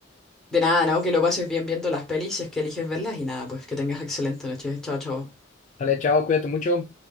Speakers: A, in the centre; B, on the left.
A: De nada, ¿no? Que lo pases bien viendo las pelis si es que eliges verlas y nada, pues que tengas excelente noche, chao, chao.
B: Dale, chao, cuídate mucho.